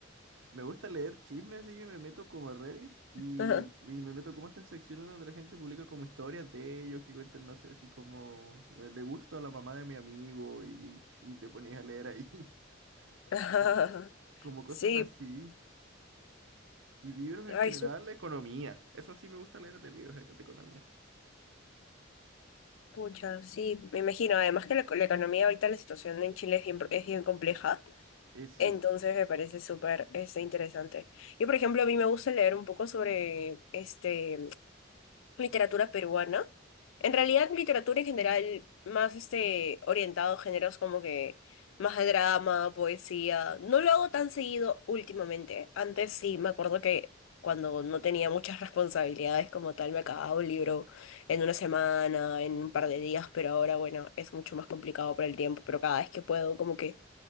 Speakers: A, on the right; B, on the left.
A: Me gusta leer chismes, así que me meto como a Reddit y,
B: Ajá.
A: y me meto como a estas secciones donde la gente publica como historias de ellos que cuentan, no sé, así como eh, le gusto a la mamá de mi amigo y, y te ponías a leer ahí. <laughs>
B: <laughs>
A: que Son como cosas
B: Sí,
A: así. Y libros
B: ay,
A: en general,
B: su
A: economía. Eso sí me gusta leer de libros de de economía.
B: pucha, sí, me imagino. Además que la, la economía ahorita, la situación en Chile es bien, es bien compleja.
A: Eh, sí,
B: Entonces me parece súper este, interesante. Yo, por ejemplo, a mí me gusta leer un poco sobre este. literatura peruana. En realidad, literatura en general, más este, orientado a géneros como que más de drama, poesía. No lo hago tan seguido últimamente. Antes sí, me acuerdo que cuando no tenía muchas responsabilidades como tal, me acababa un libro en una semana, en un par de días, pero ahora, bueno, es mucho más complicado por el tiempo, pero cada vez que puedo, como que